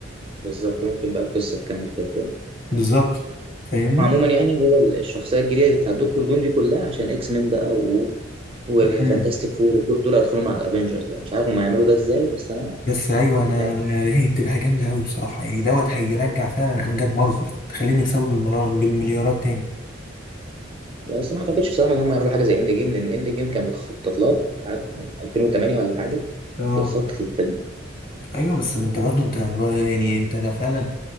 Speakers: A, on the right (about 30°); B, on the left (about 50°).
A: بالظبط ممكن بقى القصة تكمل فيها تاني
B: بالظبط فاهمني
A: هم عموما يعني هو الشخصية الجديدة اللي بتاع دكتور دوم دي كلها عشان إكس مين بقى و... وفانتاستيك
B: مم.
A: فور وكل دول هيدخلوا مع الأفينجرز بقى مش عارف هم هيعملوا ده إزاي بس أنا
B: بس ايوه انا
A: يعني
B: أنا- هي بتبقى جامده قوي بصراحه يعني دوت هيرجع فعلا امجاد مارفل تخليهم يكسبوا بالملا- بالمليارات تاني
A: بس ما أعتقدش بصراحة إن هم يعملوا حاجة زي إند جيم لأن إند جيم كان متخطط لها عاد من 2008 ولا حاجة
B: اه
A: يتخطط للفيلم ده
B: ايوه بس انت برضو انت بقى- يعني انت لا فعلا